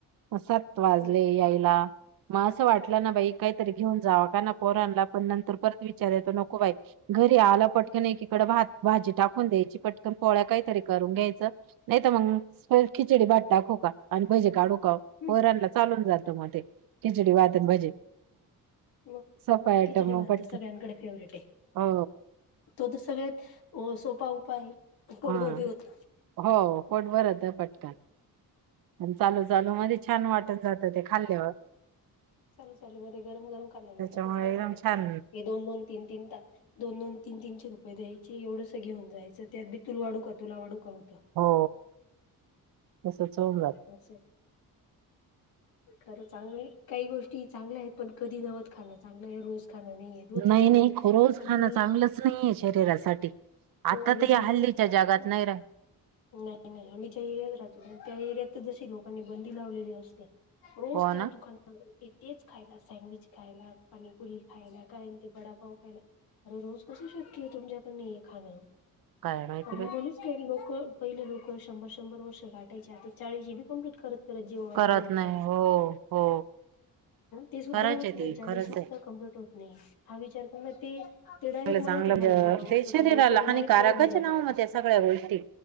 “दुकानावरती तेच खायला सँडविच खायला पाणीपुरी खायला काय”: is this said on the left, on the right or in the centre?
Left